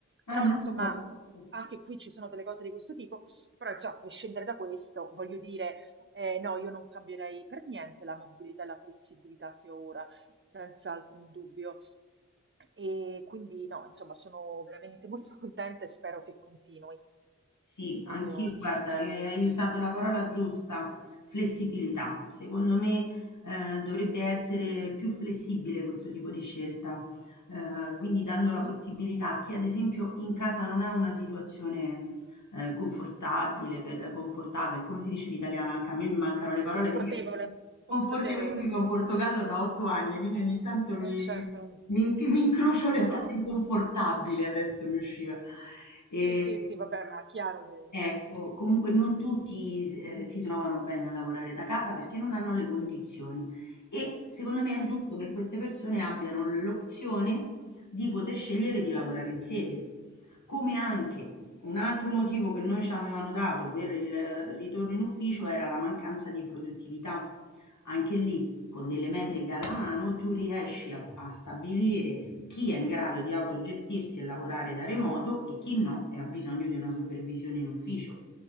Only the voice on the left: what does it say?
Ah,
non
lo so.
Sì,
anch'io, guarda,
eh, hai
usato la parola giusta, flessibilità. Secondo me, eh, dovrebbe essere più flessibile questo tipo di scelta, eh, quindi dando
la possibilità a chi, ad esempio, in casa non ha una situazione ehm, confortabile, per confortable, come si dice in italiano? Anche a me mi mancano le parole,
perché io confortevole,
io vivo in Portogallo da 8 anni, quindi ogni tanto mi,
mi in- mi incrocio le parole,
inconfortabile adesso mi usciva. E,
Ecco, comunque non tutti eh, si trovano bene a lavorare da casa perché non hanno le condizioni e secondo me
è giusto che queste persone abbiano l'opzione di poter scegliere di lavorare in sede. Come anche un altro motivo che noi ci avevano dato per il ritorno in ufficio era la mancanza di produttività. Anche lì, con delle metriche alla mano, tu riesci a, a stabilire chi è in grado di autogestirsi e lavorare da remoto e chi no e ha bisogno di una supervisione in ufficio.